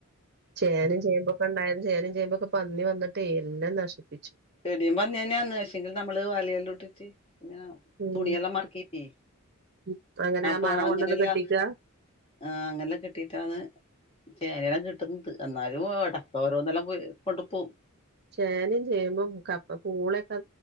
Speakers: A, on the right; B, on the left.
A: ചേനയും ചേമ്പൊക്കെ ഉണ്ടായിരുന്നു ചേനം ചേമ്പൊക്കെ പന്നി വന്നിട്ടേ എല്ല നശിക്കും
B: ചെടിയും പന്നി എന്നെ വന്ന് നാസിക് വലയല്ലോട്ടിച്ച് ഇങ്ങനെ
A: ഉം
B: തുണിയെല്ലാം മറക്കിട്ടീ
A: ഉം. അങ്ങനെ
B: അപ്പൊ
A: ആ മറ
B: അങ്ങനെല്ലന്ന്
A: കൊണ്ടന്ന് കെട്ടിക്ക
B: ആ അങ്ങനെല്ലാം കിട്ടിട്ടാണ് ചേനെല്ലാം കിട്ടുന്നത് എന്നാലും അപ്പം ഓരോന്നല്ല പു കൊണ്ടു പോവും
A: ചേനയും ചേമ്പും കപ്പ പൂളൊക്കെ